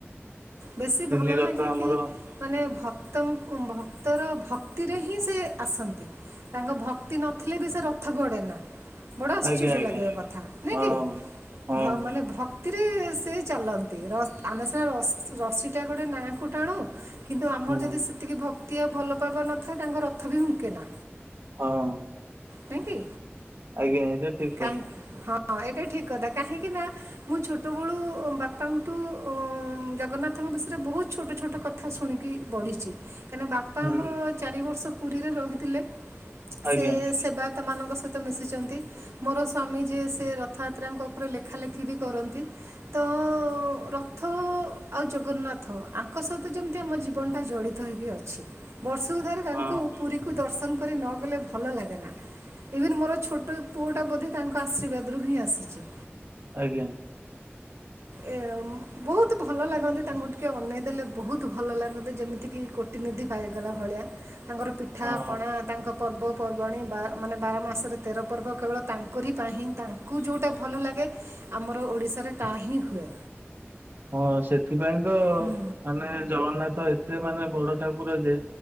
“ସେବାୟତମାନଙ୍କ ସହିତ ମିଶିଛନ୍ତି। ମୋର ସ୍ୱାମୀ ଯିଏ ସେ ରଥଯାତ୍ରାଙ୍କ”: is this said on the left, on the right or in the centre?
Right